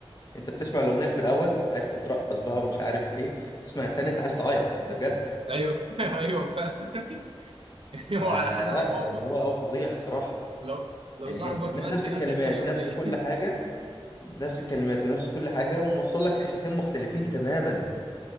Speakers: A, on the left; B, on the right.
A: انت بتسمع الاغنيه اللي في الاول عايز تترقص بقى ومش عارف ايه تسمع التاني انت عايز تعيط ده بجد
B: أيوه <laughs> أيوه فعلا <laughs> أيوه
A: فلا
B: على حسب الموقف
A: يعني هو هو فظيع الصراحه
B: لو لو
A: يعني
B: صاحبك
A: ج- ن-
B: مات
A: نفس
B: تنزل
A: الكلمات
B: تاني أغنية
A: نفس كل حاجة نفس الكلمات ونفس كل حاجة وموصل لك إحساسين مختلفين تماما